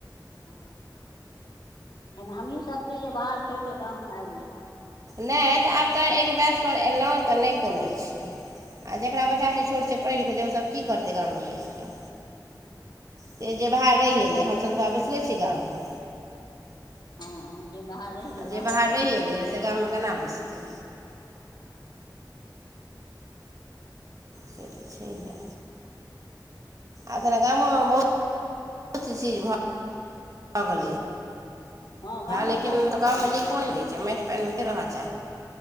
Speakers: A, on the left; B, on the right.
A: हँ एहन हमही सब छी जे बाहर छोड़िकऽ गाममे आबि गेलहुँ
B: नै तऽ आब तऽ एक बैच पर एलहुँ, तऽ नहि कोनो छै। आ जेकरा बच्चा बुची छोट छै पढ़ कऽ ओसभ की करतै गाम मे बैस कऽ
A: आ
B: से जे बाहर रहि गेलै हमसब बैसरे छी गाममे
A: हँ जे बाहर रह
B: आ जे
A: बाहरे
B: बाहर
A: रहै
B: रहि
A: छै
B: एलैए
A: सएब
B: से गाममे
A: छै
B: केना बचतै
A: हँ
B: से तऽ छैहे आखन गामोमे बहुत बहुत चीज भ भऽ गेलै ह
A: हँ गामोमे
B: ह लेकिन
A: बहुत रोजगार
B: गाम मे
A: भऽ
B: नीको
A: गेलै
B: ने लगै छै पान मे के रहऽ च